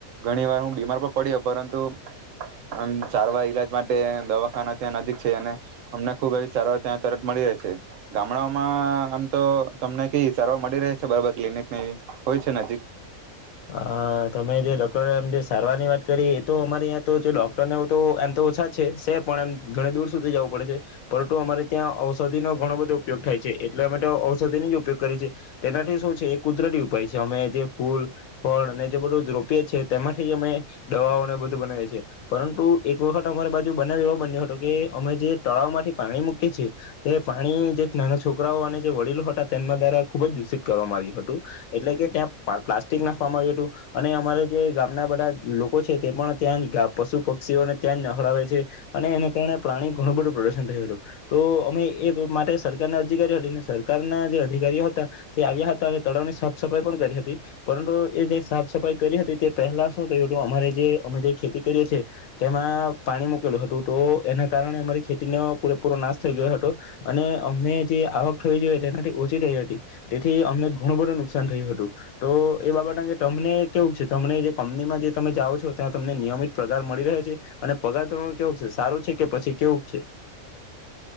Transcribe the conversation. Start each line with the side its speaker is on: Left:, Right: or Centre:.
Right: ઘણી વાર હું બીમાર પણ પડયો પરંતુ અમ સારવાર ઈલા માટે દવાખાના ત્યાં નજીક છે અને અમને ખુબ એ સારવાર ત્યાં તરત મળી રહે છે. ગામડાઓમાં આમ તો તમને કેવી સારવાર મળી રહે છે બરાબર, ક્લિનિકની એવુ હોય છે નજીક.
Left: હા તમે જે ડોક્ટર એમ જે સારવારની વાત કરીએ એ તો અમારે ત્યાં તો જે ડોક્ટરને તો એમ તો ઓછા છે છે પણ એમ ઘણી દૂર સુધી જવું પડે છે પરંતુ અમારે ત્યાં ઔષધિનો ઘણો બધો ઉપયોગ થાય છે એટલે અમે તો ઔષધિની જ ઉપયોગ કરીએ છે તેનાથી શું છે એ કુદરતી ઉપાય છે અમે જે ફૂલ ફળ અને જે બધું રોપયે છે તેમાંથી અમે દવાઓને બધું બનાવીએ છીએ પરંતુ એક વખત અમારી બાજુ બનાવ એવો બન્યો હતો કે અમે જે તળાવ માંથી પાણી મૂકીએ છીએ. તે પાણી જે નાના છોકરાઓ અને જે વડીલો હતા તેમના દ્વારા ખુબ જ દૂષિત કરવામાં આવ્યું હતું એટલે કે ત્યાં પ્લાસ્ટિક ના આવયુ તું અને અમારે જે ગામના બધા લોકો છે તે પણ ત્યાં જ પશુ પક્ષીઓને ત્યાં જ ન હળાવે છે અને એના કારણે પાણી ઘણું બધું પ્રદુષણ થયું હતું તો અમે એ માટે સરકારના અધિકારી હતી. સરકારના જે અધિકારીઓ હતા તે આવ્યા હતા અને તળાવની સાફ સફાઈ પણ કરી હતી પરંતુ એ જે સાફ સફાઈ કરી હતી તે પહેલા શું થયું હતું. અમારે જે અમે જે ખેતી કરીએ છીએ તેમાં પાણી મૂકેલું હતું તો એના કારણે અમારી ખેતીનો પૂરેપૂરો નાશ થઈ ગયો હતો અને અમને જે આવક થવી જોઈએ તેનાથી ઓછી થઈ હતી. તેથી અમને ઘણું બધું નુકસાન થયું હતું તો એ બાબત કારણ કે તમને કેવું છે, તમને જે કંપનીમાં જે તમે જાઓ છો ત્યાં તમને નિયમિત પગાર મળી રહે છે અને પગાર ધોરણ કેવું છે? સારૂ છે કે પછી કેવુંક છે?